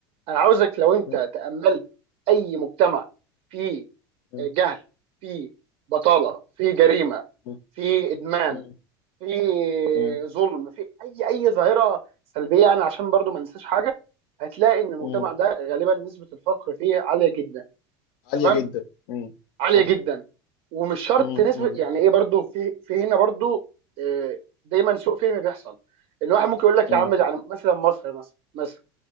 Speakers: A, on the right; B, on the left.
A: انا عاوزك لو انت
B: مم،
A: تأملت اي مجتمع فيه
B: مم،
A: جهل فيه بطالة فيه جريمة
B: مم،
A: فيه ادمان
B: مم،
A: فيه
B: مم،
A: ظلم فيه اي اي ظاهرة سلبية يعني عشان برضو ما ننساش حاجة هتلاقي ان المجتمع
B: مم.
A: ده غالبا نسبة الفقر فيه عالية جدا
B: عاليه
A: تمام
B: جدا مم،
A: عالية
B: صح
A: جدا ومش شرط
B: مم،
A: نسبة
B: مم،
A: يعني ايه برضو في في هنا برضو آه، دايما سوء فهم بيحصل الواحد ممكن يقول لك
B: مم،
A: يا عم ده يعني مثلا مصر مثلا مثلا